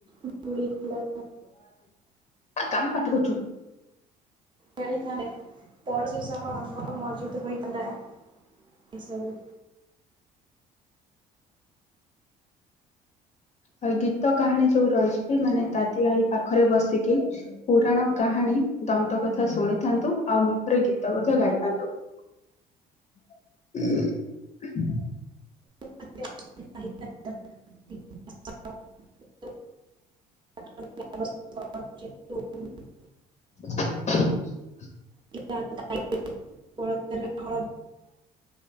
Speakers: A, on the right; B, on the left.
A: ଧୂଳିଖେଳ
B: କାହିଁ ପାଠ କରୁଛୁ
A: ଖେଳିସାରି ପି ହରର ପ୍ରତ ହୋଇତା ଏ ସବୁ
B: ହ ଗୀତ କାହାଣୀ ଯୋଉ ରହିଛି କି ମାନେ ଦାଦି ଆଈ ପାଖରେ ବସିକି ପୁରାଣ କାହାଣୀ ଦନ୍ତ କଥା ଶୁଣିଥାନ୍ତୁ ଆଉ ମୁହଁରେ ଗୀତ କଥା ଗାଇଥାନ୍ତୁ । ହୁଁ।
A: <unintelligible> <unintelligible>
B: <inaudible>
A: <unintelligible>